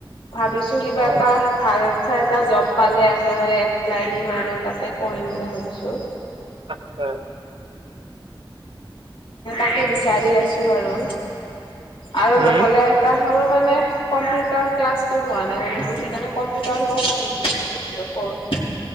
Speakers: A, on the left; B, on the right.
A: ভাবিছোঁ কিবা
B: অ
A: এটা ভাল চাই এটা জব পালে একেবাৰে এপ্লাই দিম আৰু তাতে কৰিম বুলি ভাবিছো
B: আতছা
A: তাকে বিচাৰি আছো বাৰু আৰু নহলে
B: উম
A: তাৰ মোৰ মানে কম্পিউটাৰ ক্লাছটো হোৱা নাই মানে মোৰ সেইকাৰণে কম্পিউটাৰ কোৰ্চ